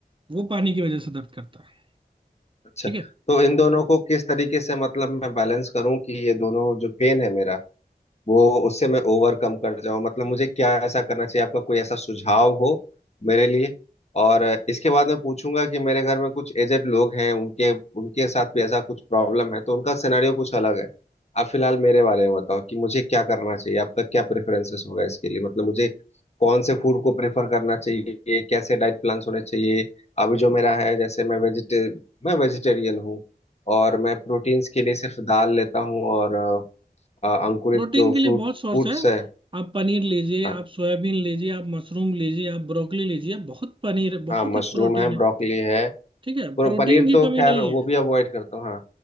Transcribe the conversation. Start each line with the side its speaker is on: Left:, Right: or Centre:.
Right: वो पानी की वजह से दर्द करता है
Left: अच्छा
Right: ठीक है
Left: तो इन दोनों को किस तरीके से मतलब मैं बैलेंस करूं कि ये दोनों जो पेन है मेरा वो उससे मैं ओवरकम कर जाऊं मतलब मुझे क्या ऐसा करना चाहिए आपका कोई ऐसा सुझाव हो मेरे लिए और इसके बाद मैं पूछूंगा कि मेरे घर में कुछ एजेड लोग हैं उनके उनके साथ भी ऐसा कुछ प्रॉब्लम है तो उनका सिनेरियो कुछ अलग है आप फिलहाल मेरे बारे में बताओ कि मुझे क्या करना चाहिए आपका क्या प्रेफरेंसेस होगा इसके लिए मतलब मुझे कौन से फूड को प्रेफर करना चाहिए कैसे डाइट प्लान्स होने चाहिए अभी जो मेरा है जैसे मैं वेजिटे मैं वेजिटेरियन हूँ और मैं प्रोटीन्स के लिए सिर्फ दाल लेता हूँ और अ, अंकुरित
Right: प्रोटीन
Left: जो
Right: के लिए
Left: फ्रूट
Right: बहुत सोर्स
Left: फ्रूट्स
Right: है
Left: है
Right: आप पनीर लीजिए
Left: हाँ
Right: आप सोयाबीन लीजिए आप मशरूम लीजिए आप ब्रोकली लीजिए बहुत पनीर है
Left: हाँ
Right: बहुत
Left: मशरूम
Right: प्रोटीन
Left: है
Right: है
Left: ब्रोकली है
Right: ठीक है
Left: पर
Right: प्रोटीन
Left: पनीर
Right: की
Left: तो
Right: कमी
Left: खैर
Right: नहीं
Left: वो
Right: है
Left: भी अवॉइड करता हूँ हाँ